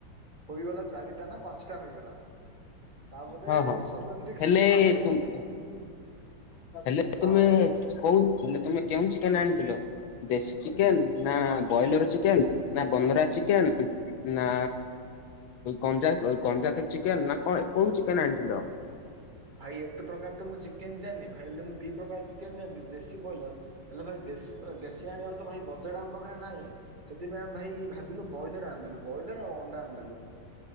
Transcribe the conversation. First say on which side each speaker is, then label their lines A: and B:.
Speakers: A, on the right (about 30°); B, on the left (about 85°).
A: ହୋଇଗଲା ଚାରିଟା ନା ପାଞ୍ଚଟା ହୋଇଗଲା। ତାପଦେ
B: ହଁ ହଁ
A: ସବୁ ଏମିତି
B: ହେଲେ
A: ତାପଦେ
B: ତୁମ
A: ଏମିତି
B: ହେଲେ ତୁମେ
A: ହଁ ଭାଇ କୁହ।
B: କୋଉ ହେଲେ ତମେ କେଉଁ ଚିକେନ ଆଣିଥିଲ ଦେଶୀ ଚିକେନ ନା ବ୍ରଏଲର ଚିକେନ୍? ନା ବନ୍ଧରା ଚିକେନ? ନା ଗଞଜା ଗଞ୍ଜା ଚିକେ ନା କଣ କୋଉ ଚିକେନ ଆଣିଥିଲ?
A: ଭାଇ ଏତେ ପ୍ରକାର ତ ମୁଁ ଚିକେନ୍ ଜାଣିନି ଭାଇ ହେଲେ ମୁଁ ଦୁଇ ପ୍ରକାର ଚିକେନ ଯାଆନ୍ତି ଦେଶୀ ବ୍ରଏଲର୍। ହେଲେ ଭାଇ ଦେଶୀ- ଦେଶୀ ଆଣିବାକୁ ତ ଭାଇ ବଜେଟ ଆମ ପାଖରେ ନାହିଁ। ସେଥିପାଇଁ ଆମେ ଭାଇ ଭାବିଲୁ ବ୍ରଏଲର ଆଣିଦେଲୁ ବ୍ରଏଲର ଆଉ ଅଣ୍ଡା ଆଣିଦେଲୁ।